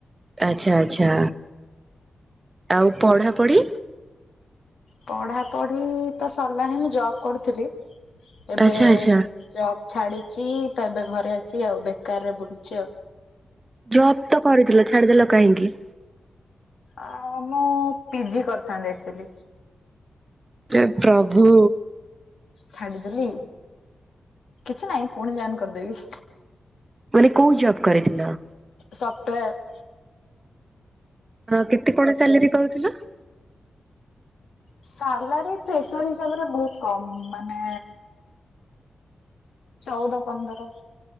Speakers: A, on the right; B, on the left.
A: ଆଚ୍ଛା ଆଚ୍ଛା ଆଉ ପଢ଼ାପଢି।
B: ପଢା ପଢି ତ ସରିଲାଣି ମୁଁ ଜବ୍ କରୁଥିଲି। ଏବେ
A: ଆଚ୍ଛା ଆଚ୍ଛା।
B: ଜବ୍ ଛାଡିଛି ତ ଏବେ ଘରେ ଅଛି ଆଉ ବେକାରରେ ବୁଲୁଛି ଆଉ
A: ଜବ୍ ତ କରିଥିଲ ଛାଡିଦେଲ କାହିଁକି?
B: ଆ ମୁଁ ପି ଜି କରିଥାନ୍ତି ଆକୁଚାଲି।
A: ହେ ପ୍ରଭୁ।
B: ଛାଡିଦେଲି କିଛି ନାଇଁ ପୁଣି ଯଇନି କରିଦେବି।
A: ବୋଲି କୋଉ ଜବ୍ କରିଥିଲ।
B: ସଫ୍ଟୱେର୍
A: ହଁ କେତେ କଣ ସାଲେରୀ ପାଉଥିଲ?
B: ସାଲେରୀ ପ୍ରେସର ହିସାବରେ ବହୁତ କମ ମାନେ ଚଉଦ ପନ୍ଦର